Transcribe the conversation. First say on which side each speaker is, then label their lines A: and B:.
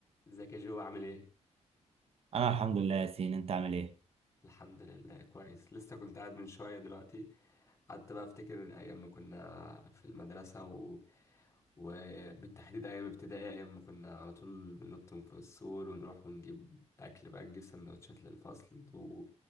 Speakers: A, on the left; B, on the right.
A: ازيك يا جو عامل ايه؟
B: انا الحمد لله يا سين انت عامل ايه
A: الحمد لله كويس لسه كنت قاعد من شوية دلوقتي قعدت بقى افتكر ايام ما كنا في المدرسة و... وبالتحديد ايام ابتدائي ايام ما كنا على طول بننط من فوق السور ونروح ونجيب اكل بقى نجيب سندوتشات للفصل و...